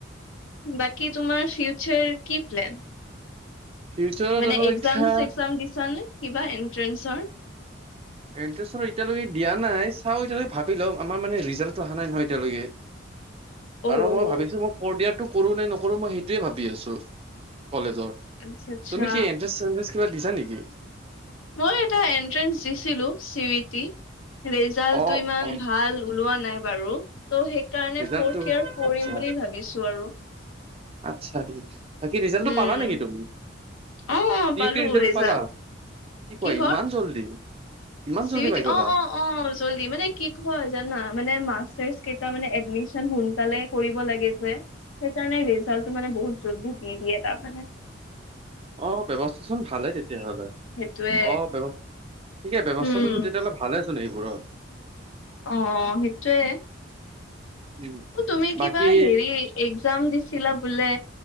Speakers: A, on the left (about 80°); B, on the right (about 30°).
A: বাকী তোমাৰ ফিউচাৰ কি প্লেন?
B: ফিউচাৰত
A: মানে
B: আৰু
A: একজাম
B: এতিয়া
A: চেগজাম দিছা নে কিবা এনট্ৰেন্ঞ্চৰ?
B: এণ্ট্ৰেঞ্চটো এতিয়ালৈকে দিয়া নাই, চাওঁ এতিয়ালকে ভাবি লম, আমাৰ মানে ৰিজাল্টটো অহা নাই নহয় এতিয়ালৈকে।
A: <inaudible> অ'
B: আৰু মই ভাবিছো মই ফৰ্ড ইয়াৰটো কৰো নে নকৰো, মই সেইটোৱেই ভাবি আছো কলেজৰ। তুমি
A: আচ্ছা আচ্ছা।
B: কি এণ্ট্ৰেঞ্চ চেণ্ট্ৰেঞ্চ কিবা দিছা নেকি?
A: মই এটা এন্ট্ৰেঞ্চ দিছিলো চি ইউ ই টি, ৰিজাল্টটো
B: অ',
A: ইমান
B: অ',
A: ভাল উলোৱা নাই বাৰু, ত সেইকাৰণে
B: ৰিজাল্টটো
A: ফৌৰ্থ ইয়াৰ কৰিম
B: আচ্ছা।
A: বুলি ভাবিছো আৰু।
B: আচ্ছা। বাকী ৰিজাল্টটো
A: উম,
B: পালা নেকি তুমি?
A: অ' অ'
B: চি
A: পালো
B: ইউ ই টিৰ ৰিজাল্টটো
A: ৰিজাল্ট।
B: পালা? কি কোৱা,
A: কিহৰ?
B: ইমান জল্দি! ইমান
A: চি
B: জল্দি
A: ইউ ই
B: পাই
A: টি,
B: গ'লা
A: অঁ অঁ অঁ জল্দি মানে কি হ'ল জানা মানে মাষ্টাৰ্ছ কে তা মানে এডমিচন সোনকালে কৰিব লাগে যে। সেইকাৰণে ৰিজাল্টটো মানে বহুত জল্দি দি দিয়ে তাৰ মানে।
B: অঁ ব্যৱস্থা চোন ভালেই তেতিয়া হ'লে,
A: সেইটোৱে
B: অ ব্যৱ ঠিকেই ব্যৱস্থাটো
A: উম,
B: তেতিয়া হলে ভালে চোন এইবোৰৰ।
A: অঁ অঁ অঁ সেইটোৱে।
B: উম
A: অঁ তুমি
B: বাকী
A: কিবা হেৰি একজাম দিছিলা বোলে?